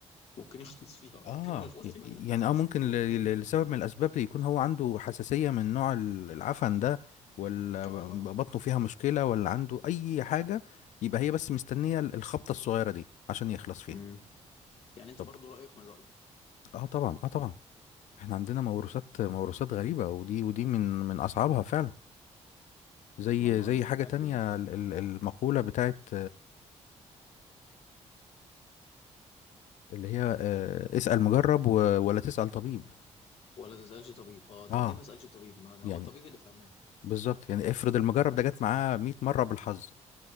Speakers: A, on the left; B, on the left.
A: ممكن يخلص فيها <laughs>
B: اه
A: ممكن ما يخلصش منها
B: يعني اه ممكن
A: ممكن
B: ل-
A: يخلص
B: ل- لسبب من الاسباب يكون هو عنده حساسية من نوع ال- العفن ده ولا
A: اه طبعا
B: بطنه فيها مشكلة ولا عنده اي حاجة يبقى هي بس مستنية ال- الخبطة الصغيرة دي عشان يخلص فيها
A: امم يعني انت
B: طب
A: برضو رايك من رايي
B: اه طبعا اه طبعا احنا عندنا موروثات موروثات غريبة ودي ودي من من اصعبها فعلا زي
A: موضوع
B: زي
A: ال- الاكل
B: حاجة تانية
A: ده فعلا
B: ال- ال- المقولة بتاعت اللي هي آه، اسأل مجرب و... ولا تسأل طبيب
A: ولا تسالش طبيب اه طب
B: اه
A: ليه ما اسالش طبيب ما ده
B: يعني
A: هو الطبيب اللي فهمان
B: بالظبط يعني افرض المجرب ده جت معاه 100 مرة بالحظ